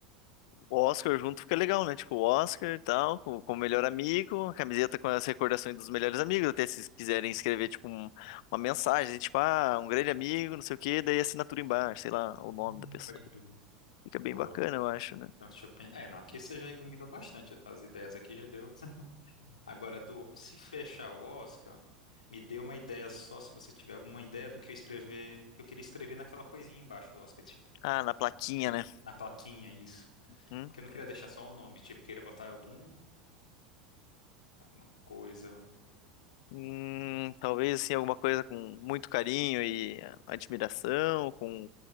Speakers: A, on the left (about 55°); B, on the left (about 75°).
A: o Oscar junto fica legal, né? Tipo, o Oscar e tal, com, com o melhor amigo, a camiseta com as recordações dos melhores amigos, até se quiserem escrever, tipo, um- uma mensagem, tipo, ah, um grande amigo, não sei o quê, daí assinatura embaixo, sei lá, o
B: Hum,
A: nome da pessoa.
B: Pode crer.
A: Fica bem
B: Boa.
A: bacana, eu acho, né?
B: Então, deixa eu pensar. É, não, aqui você já iluminou bastante. As ideias aqui já deu. Agora, do, se fechar o Oscar, me dê uma ideia só, se você tiver alguma ideia do que eu escrever, que eu queria escrever naquela coisinha embaixo do Oscar, tipo,
A: Ah, na plaquinha,
B: que-
A: né?
B: na plaquinha, isso.
A: Hum?
B: Porque eu não queria deixar só o nome, tipo, queria botar algum, alguma coisa.
A: Hum, talvez, assim, alguma coisa com muito carinho e admiração, com,